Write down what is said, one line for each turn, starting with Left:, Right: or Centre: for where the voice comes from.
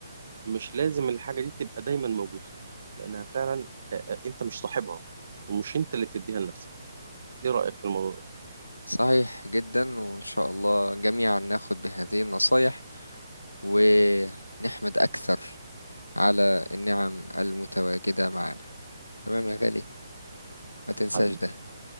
Right: مش لازم الحاجه دي تبقى دايما موجوده لانها فعلا آه، آه، انت مش صاحبها ومش انت اللي بتديها لنفسك ايه رايك في الموضوع ده
Left: صحيح جدا وان شاء الله جميعا ناخد بهذه النصايح ونحمد اكثر على النعم المتواجدة معنا تمام يا غالي ما تنساش
Right: حبيبي
Left: ده